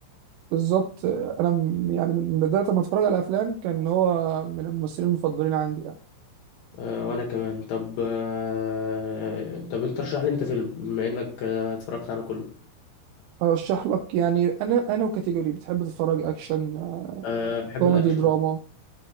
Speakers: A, on the right; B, on the left.
A: بالظبط آه، انا م- يعني من بدايه ما اتفرج على افلام كان هو من الممثلين المفضلين عندي
B: آه، وانا كمان طب آه، طب انت رشح لي انت فيلم بما انك آه، اتفرجت على كله
A: ارشح لك يعني انا انا وكاتيجوري بتحب تتفرج اكشن آه،
B: آه، بحب
A: كوميدي
B: الاكشن
A: دراما
B: أهو.